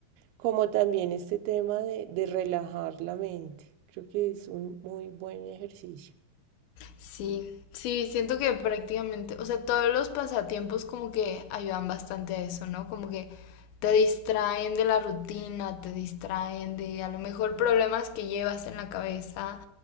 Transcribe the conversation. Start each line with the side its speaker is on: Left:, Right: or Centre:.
Right: como también este tema de, de relajar la mente. Creo que es un muy buen ejercicio.
Left: Sí, sí, siento que prácticamente, o sea, todos los pasatiempos como que ayudan bastante a eso, ¿no? Como que te distraen de la rutina, te distraen de a lo mejor problemas que llevas en la cabeza